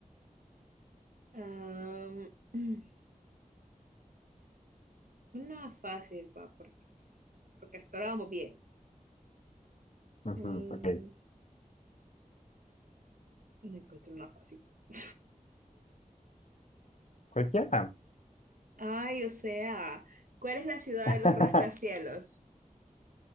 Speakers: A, on the right (about 75°); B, on the left (about 55°).
A: am, <clears throat> una fácil, va, porque, porque hasta ahora vamos bien.
B: Ujú,
A: Mm,
B: ok,
A: no encuentro una fácil. <laughs>
B: cualquiera.
A: Ay, o sea, ¿cuál es la ciudad
B: <laughs>
A: de los rascacielos?